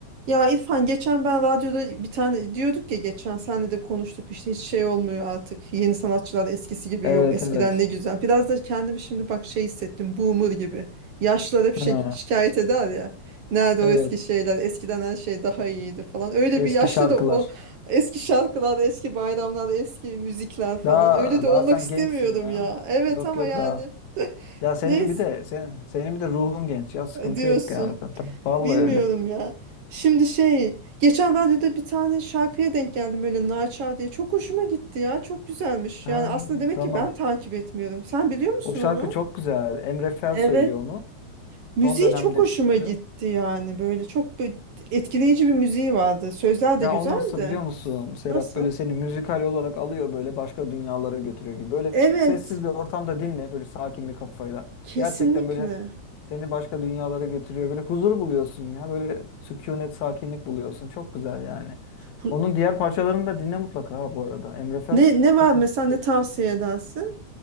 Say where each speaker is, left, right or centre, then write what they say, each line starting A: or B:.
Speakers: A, on the right; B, on the left.
A: Ya İrfan geçen ben radyoda bir tane diyorduk ya geçen senle de konuştuk işte hiç şey olmuyor artık yeni sanatçılar eskisi gibi
B: Evet
A: yok eskiden
B: evet.
A: ne güzel biraz da kendimi şimdi bak şey hissettim boomer gibi yaşlılar hep şey,
B: Ha.
A: şikayet eder ya nerede
B: Evet.
A: o eski şeyler eskiden her şey daha iyiydi falan öyle
B: Eski
A: bir yaşlı
B: şarkılar.
A: da o eski şarkılar eski bayramlar eski müzikler falan
B: Daha
A: öyle de
B: daha
A: olmak
B: sen
A: istemiyorum
B: gençsin ya.
A: ya evet
B: Yok
A: ama
B: yok
A: yani
B: daha.
A: <laughs>
B: Ya senin
A: neyse
B: bir de sen, senin bir de ruhun genç ya. Sıkıntı
A: diyorsun.
B: yok yani. Tam- tam- Vallahi
A: Bilmiyorum
B: öyle.
A: ya. Şimdi şey, geçen radyoda bir tane şarkıya denk geldim öyle Naçar diye. Çok hoşuma gitti ya. Çok güzelmiş.
B: Ha,
A: Yani aslında demek
B: tamam.
A: ki ben takip etmiyorum. Sen biliyor musun
B: O şarkı
A: onu?
B: çok güzel. Emre Fel
A: Evet.
B: söylüyor onu.
A: Müziği
B: Son dönemde
A: çok hoşuma
B: çıktı.
A: gitti yani. Böyle çok bö- etkileyici bir müziği vardı. Sözler
B: Ya
A: de güzeldi.
B: o nasıl biliyor musun Serap?
A: Nasıl?
B: Böyle seni müzikal olarak alıyor böyle başka dünyalara götürüyor gibi. Böyle
A: Evet,
B: sessiz bir ortamda dinle böyle sakin bir kafayla.
A: kesinlikle.
B: Gerçekten böyle Seni başka dünyalara götürüyor. Böyle huzur buluyorsun ya. Böyle sükunet, sakinlik buluyorsun. Çok güzel yani.
A: Hu-
B: Onun diğer parçalarını da dinle mutlaka ha bu arada. Emre Fel
A: Ne ne
B: çok
A: var mesela
B: güzel.
A: ne
B: söylüyor.
A: tavsiye edersin?